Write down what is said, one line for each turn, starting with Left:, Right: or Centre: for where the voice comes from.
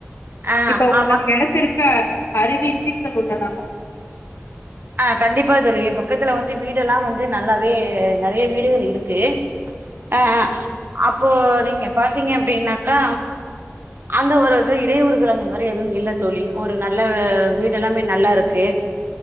Right: ஆ
Left: இப்ப உங்கள்
Right: ஆமா
Left: எடத்திற்கு அருகில் வீடுகள் உள்ளனவா
Right: ஆ கண்டிப்பா தோழி ஏ பக்கத்துல வந்து வீடெல்லா வந்து நல்லாவே நெறைய வீடுகள் இருக்கு ஆ ஆ அப் இப்போ நீங்க பாத்தீங்க அப்டின்னாக்கா அந்த ஒரு இது இடையூறுகள் அந்த மாரி எதுவு இல்ல தோழி ஒரு நல்ல வீடு எல்லாமே நல்லாருக்கு